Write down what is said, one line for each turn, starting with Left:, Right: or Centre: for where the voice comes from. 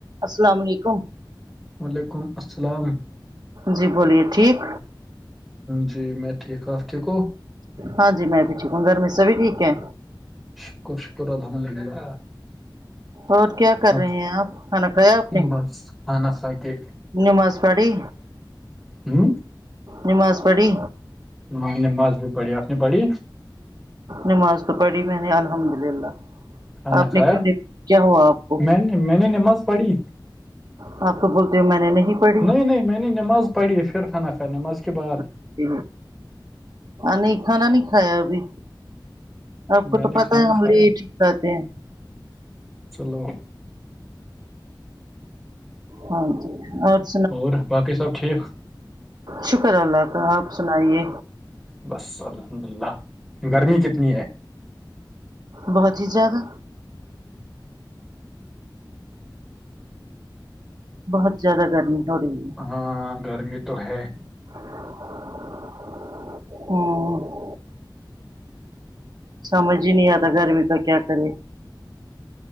Right: السلام علیکم
Centre: و ععلیکم السلام
Right: جی بولیے ٹھیک
Centre: جی میں ٹھیک ہ آف کے کو
Right: ہاں جی میں بھی ٹھیک ہوں گر میںمیشا بھی ٹھیک ہے
Centre: شکر شکر الحمد للہ
Right: اور کیا کر
Centre: اب
Right: رہے ہیں آپ کھانا کھایا آپ نے
Centre: بس کھانا کھا کے
Right: نماز پڑی
Centre: کیی
Right: نماز پڑھی
Centre: ہ مز بھی پڑ آپ نے پڑھی
Right: نماز تو پڑھی میں نے الحمد للہ
Centre: کھانا
Right: آپ
Centre: کھایا
Right: نے کیوں نہیں کیا ہوا آپ کو
Centre: میں نے میں نے نماز پڑھی
Right: ہاں تو بولتی ہو میں نے نہیں پڑ
Centre: نہیں نہیں میں نے نماز پڑھی ہے پھر خانہ خا نماز کے بعد
Right: ج نہیں کھا نہیں کایا ا بھی آپ کو
Centre: میں
Right: تو
Centre: نے
Right: پت
Centre: کھانا
Right: ہے ہم
Centre: کھایا
Right: لے ٹھیک کرے ہیں
Centre: چلو
Right: ہاں جی ا
Centre: اور باقی سب ٹھیک
Right: شکر اللہ تعالی آپ سنائیے
Centre: بس الحمد للہ گرمی کتنی ہے
Right: بہت ہی زیادہ بہت زیادہ گرمی ہو رہی ہے
Centre: ہاں گرمی تو ہے
Right: ہاں سمجھ ہی نہیں آتا گرمی کا کیا کرے